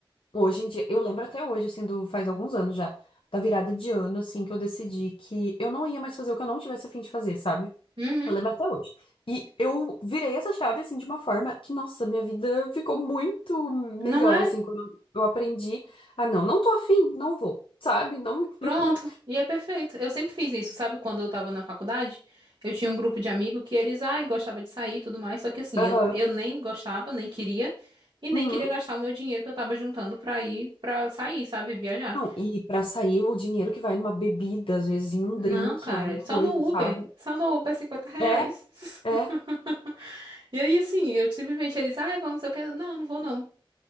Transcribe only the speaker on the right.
uhum,
não é?
Pronto.
E é perfeito. Eu sempre fiz isso, sabe? Quando eu tava na faculdade, eu tinha um grupo de amigos que eles, ai, gostava de sair e tudo mais, só que assim,
eu, eu nem gostava, nem queria, e nem
queria gastar o meu dinheiro que eu tava juntando pra ir, pra sair, sabe? Viajar.
Não,
cara,
só no
Uber. Só no Uber é 50 reais.
<laughs> E aí, assim, eu simplesmente eles, ai, vamos, eu quero. Não, não vou não.